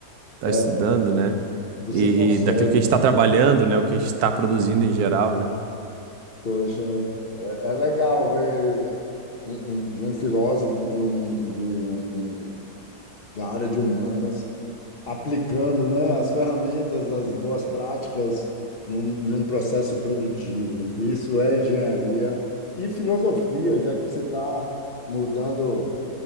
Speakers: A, on the right; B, on the left.
A: está
B: é,
A: estudando, né?
B: você
A: e,
B: consegue.
A: e daquilo que a gente está trabalhando, né? O que a gente está produzindo em geral, né?
B: Poxa, é, é legal ver né, um, um- de um filósofo de um, de um, um- da área de humanas aplicando, né, as ferramentas, as boas práticas num, num processo produtivo. Isso é engenharia e filosofia, já que você está mudando